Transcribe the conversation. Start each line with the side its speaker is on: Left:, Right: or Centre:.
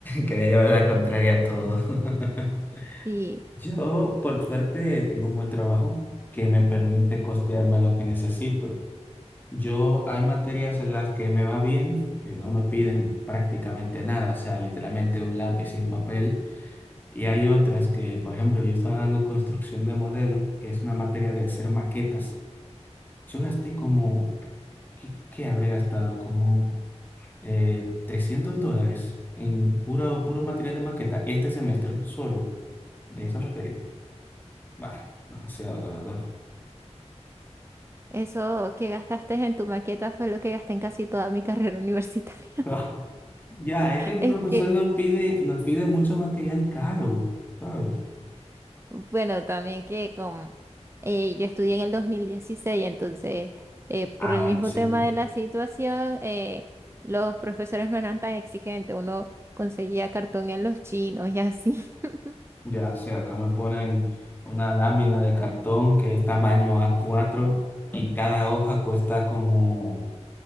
Left: Quería llevar la contraria a todo. <laughs>
Right: Sí,
Left: Yo, por suerte, tengo un buen trabajo que me permite costearme lo que necesito. Yo, hay materias en las que me va bien, que no me piden prácticamente nada, o sea, literalmente un lápiz y un papel. Y hay otras que, por ejemplo, yo estaba dando construcción de modelo, que es una materia de hacer maquetas. Yo gasté como, ¿qué, qué habré gastado? Como eh, 300 dólares en puro, puro material de maqueta este semestre, solo de esa materia. Bah, demasiado, la verdad.
Right: eso que gastaste en tu maqueta fue lo que gasté en casi toda mi <laughs> carrera universitaria.
Left: <laughs> Ya, es que el
Right: Es
Left: profesor
Right: que,
Left: nos pide, nos pide mucho material caro, ¿sabes?
Right: bueno, también que como eh, yo estudié en el 2016 entonces eh,
Left: Ah,
Right: por el
Left: bueno,
Right: mismo
Left: cierto.
Right: tema de la situación, eh, los profesores no eran tan exigentes, uno conseguía cartón en los chinos y así. <laughs>
Left: Ya, sí, acá me ponen una lámina de cartón que es tamaño a cuatro en cada hoja cuesta como,